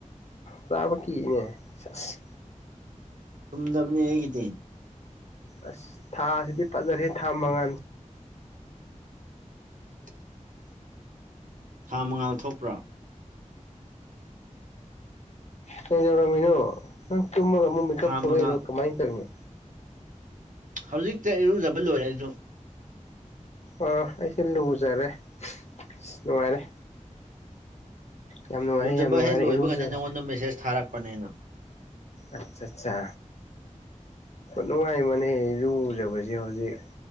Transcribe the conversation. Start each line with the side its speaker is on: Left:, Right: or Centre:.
Left: ꯆꯥꯕ ꯀꯤꯅꯦ ꯆꯁ
Right: ꯇꯨꯝꯗꯕꯅꯦ ꯑꯦꯒꯤꯇꯤꯟ
Left: ꯑꯁ ꯊꯥꯁꯤꯗꯤ ꯐꯥꯖꯔꯤꯦ ꯊꯥ ꯃꯉꯥꯟ
Right: <inaudible> ꯊꯥ ꯃꯉꯥꯜ ꯊꯣꯛꯄ꯭ꯔꯥ
Left: ꯀꯩꯗꯧꯔꯝꯃꯤꯅꯣ ꯅꯪ ꯇꯨꯝꯃꯒ ꯑꯃꯨꯛ ꯃꯦꯀꯞ
Right: ꯊꯥ
Left: ꯊꯣꯛꯂꯛꯏꯔꯣ
Right: ꯃꯉꯥ
Left: ꯀꯃꯥꯏꯅ ꯇꯧꯔꯤꯅꯤ
Right: ꯍꯧꯖꯤꯛꯇ ꯏꯔꯨꯖꯕ ꯂꯣꯏꯔꯦ ꯑꯩꯁꯨ
Left: ꯑꯥ ꯑꯩꯁ ꯂꯨꯖꯔꯦ ꯑ ꯅꯨꯡꯉꯥꯏꯔꯦ ꯌꯥꯝ ꯅꯨꯡꯉꯥꯏꯔꯦ
Right: ꯂꯨꯗꯕ
Left: ꯌꯥꯝ ꯅꯨꯡꯉꯥꯏꯔꯦ
Right: ꯍꯦꯛ ꯂꯣꯏꯕꯒꯅꯤ
Left: ꯏꯔꯨꯖꯕꯁꯦ
Right: ꯅꯪꯉꯣꯟꯗ ꯃꯦꯁꯦꯁ ꯊꯥꯔꯛꯄꯅꯦꯅ
Left: ꯑꯆꯥ ꯑꯆꯥ ꯅꯨꯡꯉꯥꯏꯃꯅꯦ ꯂꯨꯖꯕꯁꯦ ꯍꯧꯖꯤꯛ